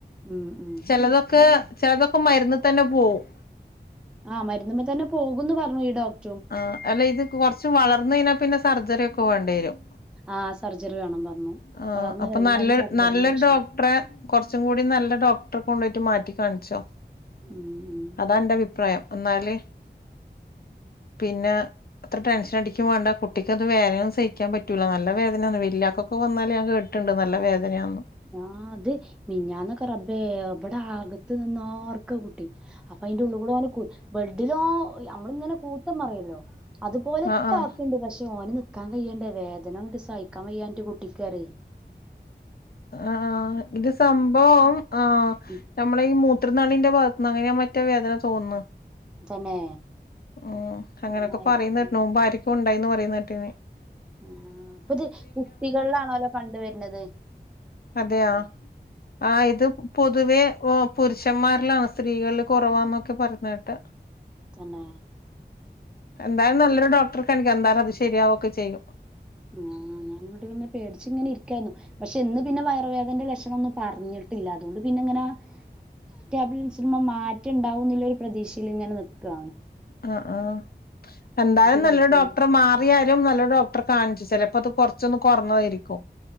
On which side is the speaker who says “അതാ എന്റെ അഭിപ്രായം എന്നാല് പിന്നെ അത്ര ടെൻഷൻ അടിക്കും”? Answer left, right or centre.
Left